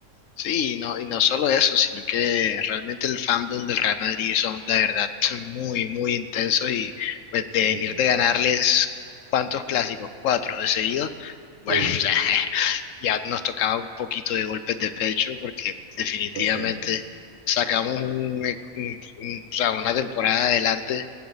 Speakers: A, on the left; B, on the right.
A: Sí, y no, y no solo eso, sino que realmente el fandom del Real Madrid son, la verdad, muy, muy intensos y pues
B: Sí,
A: de venir de ganarles cuántos clásicos, cuatro de seguido, bueno,
B: Sí,
A: <laughs>
B: sí.
A: o sea,
B: sí,
A: ya nos tocaba un poquito de golpes de pecho porque definitivamente
B: pues sí,
A: sacamos un, un- un- o sea, una temporada adelante